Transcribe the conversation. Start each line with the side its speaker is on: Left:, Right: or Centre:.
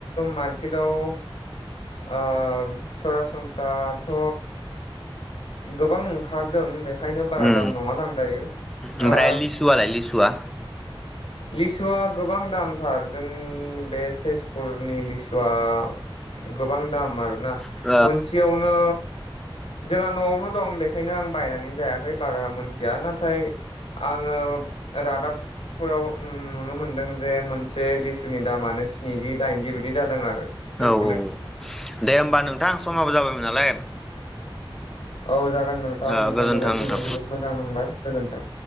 Left: मारकेदाव ओ सरासनस्राथ' गोबां ओंखारदों बे ओंखायनो बारा
Centre: उम
Left: दाम नङा दां दायो
Centre: ओमफ्राय
Left: ओ
Centre: लिसुआलाय लिसुआ
Left: लिसुआ गोबां दामथार जोंनि बे तेजपुरनि लिसुआ गोबां दाम आरोना
Centre: औ
Left: मोनसेयावनो जोंहा न'आवनो दं बेखायनो आं बायनानै जायाखै बारा मोनथिया नाथाय आङो रादाबफोराव नुनो मोनदों जे मोनसे लिसुनि दामानो स्निजि दाइनजि बिदि जादों आरो तेज
Centre: औ औ दे होमबा नोंथां समाबो जाबायमोन नालाय
Left: औ जाग नोंथां
Centre: ओ
Left: नोंथांजों
Centre: गोजोन्थों
Left: रायज्लायनानै
Centre: नोंथां।
Left: जोबोद मोजां नांबाय गोजोनथों।